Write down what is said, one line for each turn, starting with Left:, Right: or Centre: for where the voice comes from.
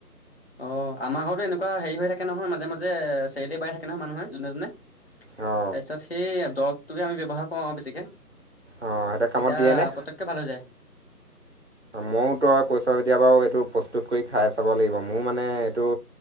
Left: অঁ আমাৰ ঘৰতো এনেকুৱা হেৰি হৈ থাকে নহয় মাজে মাজে, চেৰেলি বাই থাকে নহয় মানুহে যোনে তোনে। তাৰপিছত
Right: অ
Left: সেই দৰবটোকে আমি ব্য্ৱহাৰ কৰো আৰু বেছিকে
Right: অ সেইটো কামত
Left: এতিয়া
Right: দিয়ে নে
Left: পতককে ভালে যায়
Right: মইওতো আৰু কৈছ যেতিয়া বাৰু এইটো প্ৰস্তুত কৰি খাই চাব লাগিব মোৰ মানে এইটো